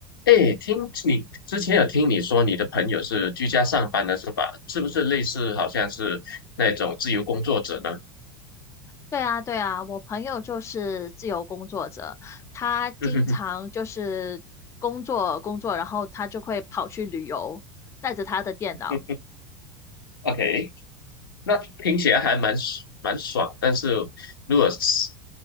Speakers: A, on the left; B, on the left.
A: 哎，听你之前有听你说你的朋友是居家上班的是吧？是不是类似好像是那种自由工作者呢？
B: 对啊，对啊，我朋友就是自由工作者，他经常就是工作工作，
A: 嗯哼哼
B: 然后他就会跑去旅游，带着他的电脑。
A: 哼，OK，那听起来还蛮蛮爽，但是如果是